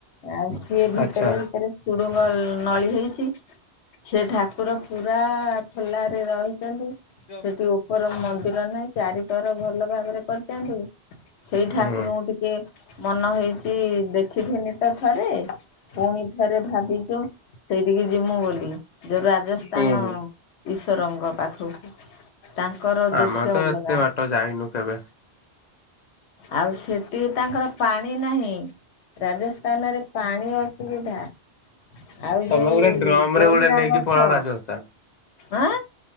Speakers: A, on the left; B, on the left.
A: ଆଉ ସିଏ ଭିତରେ
B: ଆଚ୍ଛା
A: ଭିତରେ ସୁଡୁଙ୍ଗ ନଳି ହେଇଛି ସେ ଠାକୁର ପୁରା ଖୋଲାରେ ରହିଛନ୍ତି।
B: <unintelligible>
A: ସେଠି ଉପର ମନ୍ଦିର ନାହିଁ ଚାରିଥର ଭଲ ଭାବରେ କରିଥାନ୍ତି ସେଇ
B: ହୁଁ
A: ଠାକୁରଙ୍କୁ ଟିକେ ମନ ହେଇଛି ଦେଖିଥିନି ଆଉ ଥରେ, ପୁଣି ଥରେ ଭାବିଛୁ ସେଇଠିକି ଯିବୁଁ ବୋଲି ଯୋଉ ରାଜସ୍ଥାନ
B: ହୁଁ।
A: ଈଶ୍ୱରଙ୍କ ପାଖକୁ। ତାଙ୍କର
B: ଆମର
A: ଦୃଶ୍ୟ
B: ତ
A: ଅଲଗା।
B: ଏତେ ବାଟ ଯାଇନୁ କେବେ
A: ଆଉ ସେଠି ତାଙ୍କର ପାଣି ନାହିଁ ରାଜସ୍ ସ୍ଥାନରେ ପାଣି ଅସୁବିଧା ଆଉ
B: ତମେ
A: ଯୋଉ
B: ଗୋଟେ ଡ୍ରମ
A: ବୋହିରା
B: ରେ ଗୋଟେ ନେଇକି
A: ଗଛ
B: ପଳାଅ ରାଜସ୍ଥାନ।
A: ଆଁ